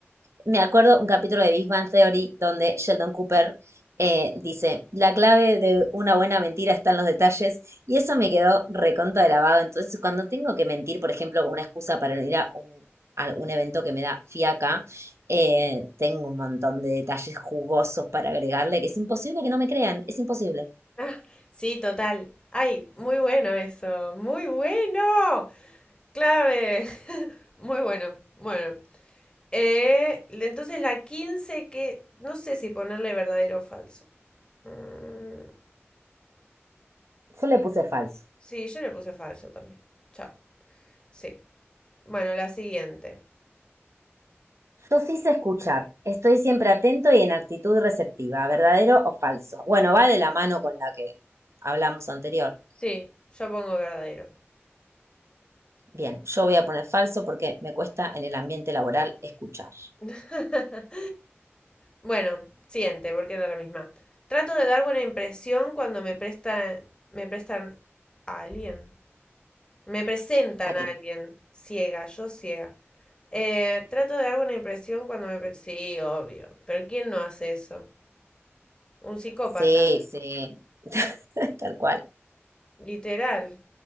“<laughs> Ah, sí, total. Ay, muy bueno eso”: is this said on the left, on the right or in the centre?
Left